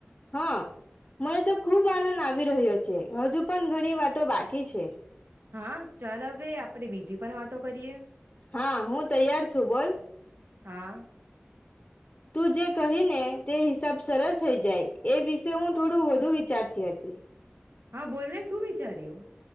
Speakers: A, on the left (about 40°); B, on the right (about 80°).
A: હા મને તો ખૂબ આનંદ આવી રહ્યો છે, હજુ પણ ઘણી વાતો બાકી છે.
B: હા, ચાલ અવે આપણેે બીજી પણ વાતો કરીએ.
A: હા, હું તૈયાર છું બોલ.
B: હા.
A: તું જે કહી ને તે હિસાબ સરલ થઈ જાય, એ વિશે હું થોડું વધુ વિચારતી હતી.
B: હા બોલને શું વિચાર્યું?